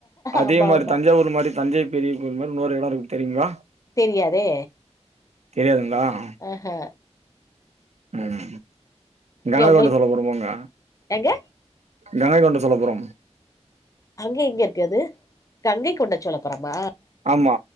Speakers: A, on the right; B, on the left.
A: அதே
B: ஆமா
A: மாரி
B: ஆமா
A: தஞ்சாவூர் மாரி தஞ்சை பெரிய கோவில் மாரி இன்னொரு எடம் இருக்கு தெரியுங்ளா
B: தெரியாதே
A: தெரியாதுங்களா
B: ஆ ஹ
A: ம் கங்கை
B: ஏ உங்களுக்கு
A: கொண்ட சோழபுரம் போங்க
B: எங்க
A: கங்கை கொண்ட சோழபுரம்
B: அங்க எங்க இருக்கு அது கங்கை கொண்டச் சோழபுரமா
A: ஆமா